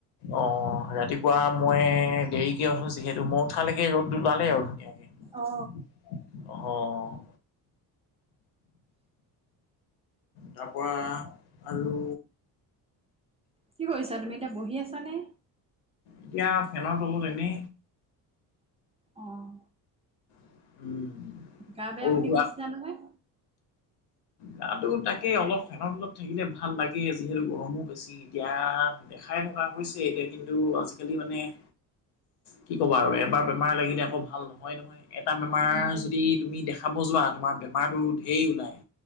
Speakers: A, on the left; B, on the right.
A: অ' ৰাতিপুৱা মই দেৰিকে উঠোঁ, যিহেতু ম লাগে ৰ'দ ওলালে আৰু ধুনীয়াকে
B: অ
A: অ'। তাৰ পৰা, আৰু
B: কি কৰিছা তুমি এতিয়া বহি আছানে?
A: এতিয়া ফেনত ৰ'ব এনে
B: আহ।
A: উম।
B: গা বেয়া
A: সৰু
B: বুলি
A: সুৰাত
B: কৈছিলা নহয়?
A: গাটো তাকে অলপ ফেনত তলত থাকিলে ভাল লাগে যিহেতু গৰমো বেছি। এতিয়া দেখাই থকা হৈছে এতিয়া কিন্তু আজিকালি মানে- কি ক'বা আৰু এবাৰ বেমাৰ লাগিলে আকৌ ভাল নহয় নহয় এটা বেমাৰ
B: উম
A: যদি তুমি দেখা ব যোৱা তোমাৰ বেমাৰো ঢেই ওলায়।